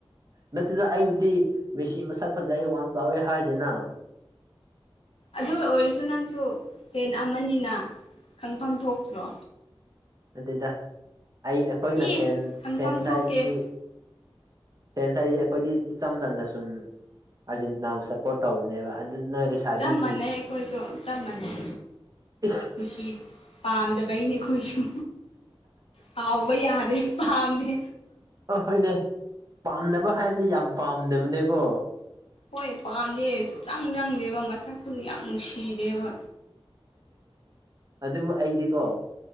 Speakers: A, on the right; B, on the left.
A: ꯅꯠꯇꯦꯗ ꯑꯩꯕꯨꯗꯤ ꯃꯦꯁꯤ ꯃꯁꯛ ꯐꯖꯩ ꯋꯥꯡ ꯆꯥꯎꯋꯦ ꯍꯥꯏꯗꯦꯅ
B: ꯑꯗꯨ ꯑꯣꯏꯔꯁꯨ ꯅꯡꯁꯨ ꯄꯦꯟ ꯑꯃꯅꯤꯅ ꯈꯪꯐꯝ ꯊꯣꯛꯇ꯭ꯔꯣ
A: ꯅꯠꯇꯦꯗꯥ ꯑꯩ ꯑꯩꯈꯣꯏꯅ
B: ꯏ
A: ꯐꯦꯟ
B: ꯈꯪꯐꯝ
A: ꯐꯦꯟꯁ
B: ꯊꯣꯛꯀꯦ
A: ꯍꯥꯏꯔꯤꯁꯤꯗꯤ ꯐꯦꯟꯁ ꯍꯥꯏꯔꯤꯁꯦ ꯑꯩꯈꯣꯏꯗꯤ ꯏꯆꯝ ꯆꯝꯅ ꯁꯨꯝ ꯑꯥꯔꯖꯦꯟꯇꯤꯅꯥꯕꯨ ꯁꯞꯄꯣꯔꯠ ꯇꯧꯕꯅꯦꯕ ꯅꯣꯏ ꯂꯩꯁꯥꯕꯤꯒꯤ
B: ꯆꯞ ꯃꯥꯟꯅꯩ ꯑꯩꯈꯣꯏꯁꯨ ꯆꯞ ꯃꯥꯟꯅꯩ
A: ꯏꯁ
B: ꯅꯨꯡꯁꯤ ꯄꯥꯝꯗꯕꯩꯅꯤ ꯑꯩꯈꯣꯏꯁ ꯁꯥꯎꯕ ꯌꯥꯗꯦ ꯄꯥꯝꯗꯦ
A: ꯍꯣꯏꯅꯦ ꯄꯥꯝꯗꯕ ꯍꯥꯏꯕꯁꯦ ꯌꯥꯝ ꯄꯥꯝꯗꯕꯅꯦꯀꯣ
B: ꯍꯣꯏ ꯄꯥꯝꯗꯦ ꯁꯨꯛꯆꯪ ꯆꯪꯗꯦꯕ ꯃꯁꯛꯇꯨꯅ ꯌꯥꯝ ꯅꯨꯡꯁꯤꯗꯦꯕ
A: ꯑꯗꯨꯕꯨ ꯑꯩꯗꯤꯀꯣ